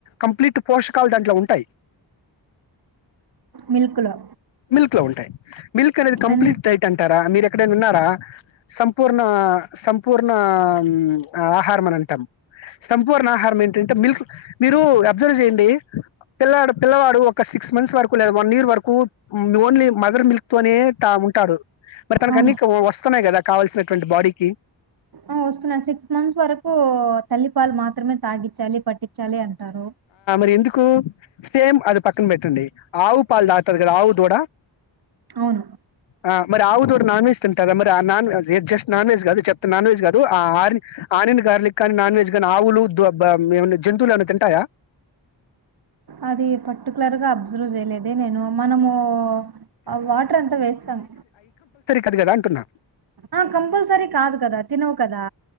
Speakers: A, on the left (about 85°); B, on the right (about 55°).
A: కంప్లీట్ పోషకాలు దాంట్లో ఉంటాయి
B: మిల్క్ లో
A: మిల్క్ లో ఉంటాయి మిల్క్ అనేది కంప్లీట్
B: అన్-
A: డైట్ అంటారా మీరు క్కడైన విన్నారా సంపూర్ణా సం పూర్ణామ్ ఆహారం అని అంటాం సంపూర్ణ ఆహారం ఏంటంటే మిల్క్ మీరు అబ్జర్వ్ చేయండి పిల్లాడు పిల్లవాడు ఒక సిక్స్ మంత్స్ వరకు లేదా వన్ ఇయర్ వరకు త్ ఉమ్ ఓన్లీ మదర్ మిల్క్ తోనే తా ఉంటాడు మరి తనకన్ని
B: అవును
A: క వస్తున్నాయ్ కదా కావాల్సినటువంటి బాడీకి
B: ఆ వస్తున్నాయి సిక్స్ మంత్స్ వరకు తల్లిపాలు మాత్రమే తాగిచ్చాలి పట్టిచ్చాలి అంటారు
A: రి ఎందుకు సేమ్ అది పక్కన్ బెట్టండి ఆవు పాలు తాగ్తది కద ఆవు దూడ
B: అవును,
A: అ మరి ఆవు దూడ నాన్ వెజ్ తింటాదా మరి ఆ నాన్ వెజ్ ఎ జస్ట్ నాన్ వెజ్ కాదు చెప్త నాన్వెజ్ కాదు ఆ ఆర్ని ఆనియన్ గార్లిక్ కాని నాన్ వెజ్ గానీ ఆవులు దొ బ ఉమ్ ఏమన్న జంతువులేమన్న తింటాయా
B: అది పర్టికులర్గా అబ్జర్వ్ చేయలేదు అదే నేను మనమూ అ వాట్రంతా వేస్తాం
A: కదు కదా అంటున్నా
B: ఆ కంపల్సరీ కాదు కదా తినవు కదా